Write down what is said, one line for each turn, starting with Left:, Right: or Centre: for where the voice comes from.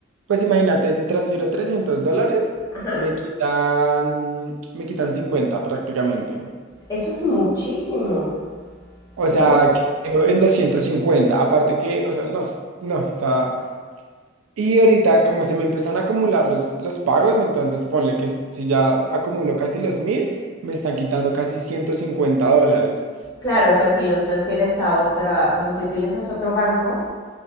Right: Pues imagínate, si transfiero 300 dólares,
Left: Ajá.
Right: me quitan, me quitan 50 prácticamente.
Left: Eso es muchísimo.
Right: O
Left: Eso,
Right: sea, quedo en doscientos cincuenta Aparte que, o sea, no, s- no, o sea, y ahorita como se me empiezan a acumular los, los pagos, entonces ponle que si ya acumulo casi los mil, me están quitando casi 150 dólares.
Left: claro, o sea, si los transfieres a otra, o sea, si utilizas otro banco,